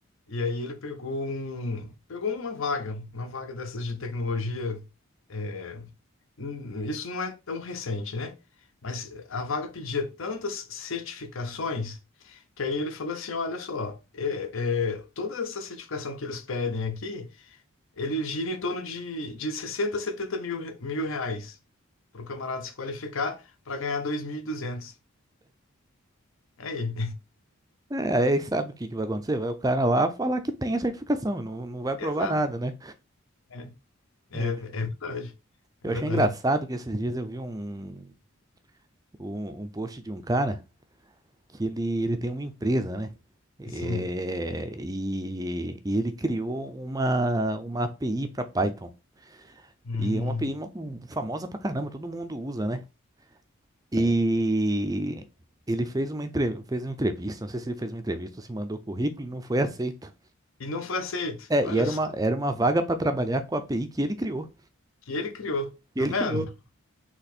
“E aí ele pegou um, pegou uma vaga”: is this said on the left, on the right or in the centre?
Left